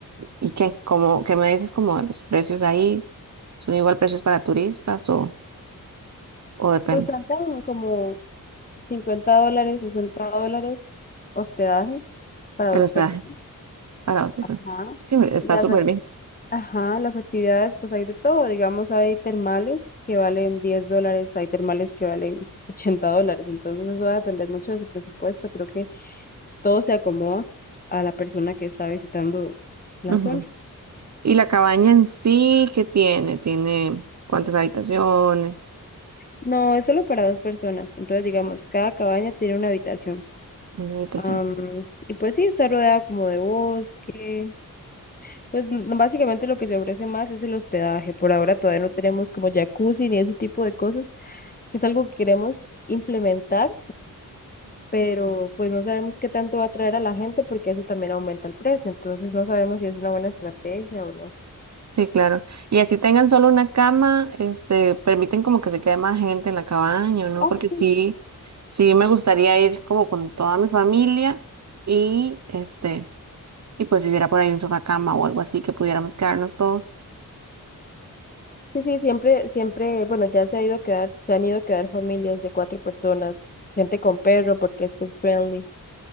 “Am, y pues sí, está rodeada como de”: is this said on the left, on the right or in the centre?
Left